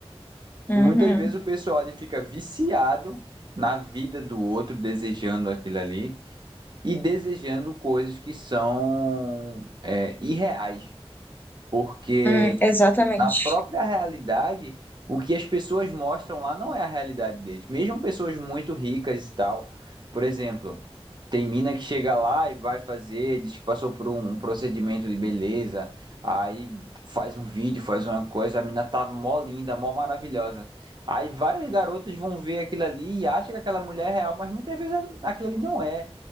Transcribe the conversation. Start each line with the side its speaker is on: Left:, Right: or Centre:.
Left: Uhum.
Right: muitas vezes o pessoal ali fica viciado na vida do outro, desejando aquilo ali e desejando coisas que são é, irreais, porque
Left: Hum, exatamente.
Right: na própria realidade, o que as pessoas mostram lá não é a realidade deles. Mesmo pessoas muito ricas e tal. Por exemplo, tem mina que chega lá e vai fazer, diz que passou por um um procedimento de beleza, aí faz um vídeo, faz uma coisa, a mina tá mó linda, mó maravilhosa. Aí várias garotas vão ver aquilo ali e acham que aquela mulher é real, mas muitas vezes aquilo ali não é.